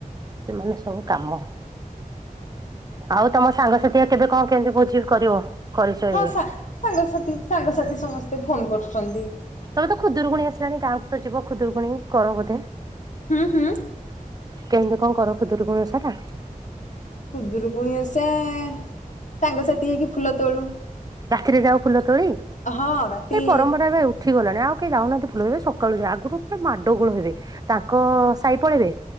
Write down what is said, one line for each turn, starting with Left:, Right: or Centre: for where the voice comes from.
Right: ସେମାନେ ସବୁ କାମ ଆଉ ତମ ସାଙ୍ଗସାଥିଆ, କେବେ କଣ କେମିତି ଭୋଜି କରିବ? କରିଛ
Left: ହଁ,
Right: ଇଏ
Left: ସାଙ୍ଗ୍ ସାଙ୍ଗସାଥି ସାଙ୍ଗସାଥି ସମସ୍ତେ ଫୋନ୍ କରୁଛନ୍ତି।
Right: ତମେ ତ ଖୁଦୁରୁକୁଣୀ ଆସିଲାଣି, ଗାଁ କୁ ତ ଯିବ। ଖୁଦୁରୁକୁଣୀ କର ବୋଧେ!
Left: ହୁଁ, ହୁଁ।
Right: କେମିତି କଣ କର ଖୁଦୁରୁକୁଣୀ ଓଷା ଟା?
Left: ଖୁଦୁରୁକୁଣୀ ଓଷା-ଆ, ସାଙ୍ଗସାଥି ହେଇକି ଫୁଲ ତୋଳୁ।
Right: ରାତିରେ ଯାଉ ଫୁଲ ତୋଳି?
Left: ହଁ ରାତି
Right: ଏ ପରମ୍ପରା ଏବେ ଉଠିଗଲାଣି, ଆଉ କେହି ଯାଉନାହାଁନ୍ତି ଫୁଲ ତୋଳି? ଏ ସକାଳୁ ଯା। ଆଗରୁ ପୁରା ମାଡ ଗୋଳ ହେବେ। ତାଙ୍କ-ଅ ସାଇ ପଳେଇବେ।